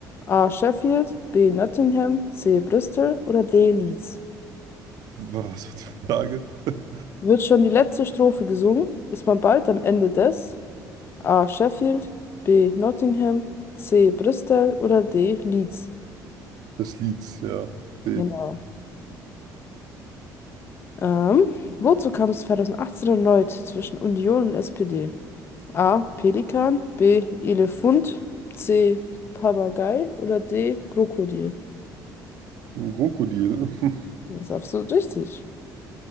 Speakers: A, on the left (about 30°); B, on the right (about 55°).
A: A. Sheffield, B. Nottingham, C. Bristol oder D. Leeds?
B: Was war die Frage? <laughs>
A: Wird schon die letzte Strophe gesungen, ist man bald am Ende des A. Sheffield, B. Nottingham, C. Bristol oder D. Leeds.
B: Das Lied, ja. D.
A: Genau. Ähm, wozu kam es 2018 erneut zwischen Union und SPD? A. Pelikan, B. Elefant, C. Papagei oder D. Krokodil.
B: Ein Krokodil. <laughs>
A: Das ist absolut richtig.